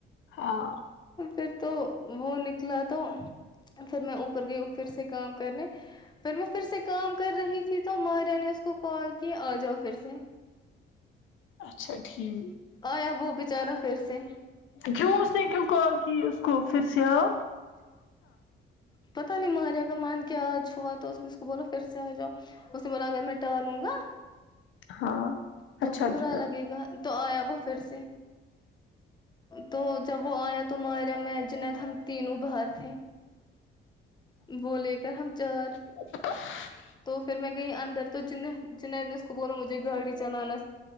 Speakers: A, on the left; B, on the left.
A: ہاں
B: پھر تو وہ نکلا تو پھر میں اوپر گئی ہوں پھر سے کام کرنے پھر میں پھر سے کام کر رہی تھی تو ماریا نے اس کو کال کی آ جاؤ پھر سے
A: اچھا ٹھیک
B: آیا وہ بچارا پھر سے
A: کیوں اس نے کیوں کال کی اس کو پھر سے آپ
B: پتا نہیں مارے اگر مان کیا آج ہوا تو اس نے اس کو بولو پھر سے آ جاؤ اسے بولا اگر میں ٹر لوں گا
A: ہاں
B: تو
A: اچھا
B: برا
A: کیا
B: لگے گا تو آیا وہ پھر سے تو جب وہ آیا تو مرا میں جند ہم تینوں باہر تھے وہ لے کر ہم چار
A: ا <unintelligible>
B: تو پھر میں گئی اندر تو جن جنید نے اس کو بولا مجھے گاڑی چلانا